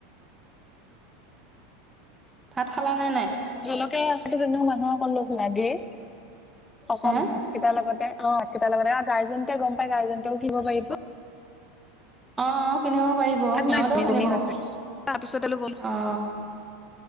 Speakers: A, on the right; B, on the left.
A: ভাত খালা? নে নাই
B: জলকীয়া আছিল কিন্ত মানুহক অলপ লাগেই। অকন
A: হে
B: ভাত কেইটাৰ লগতে অ, ভাতকেইটা লগতে। গাৰ্জেনটে গম পাই গাৰ্জেনও কিনিব পাৰিব।
A: অ। কিনিব পাৰিব,
B: তাত
A: সিহঁতেও
B: নাই কমি কমি
A: কিনিব।
B: হৈছে
A: অ।
B: তাৰপিছত অলপ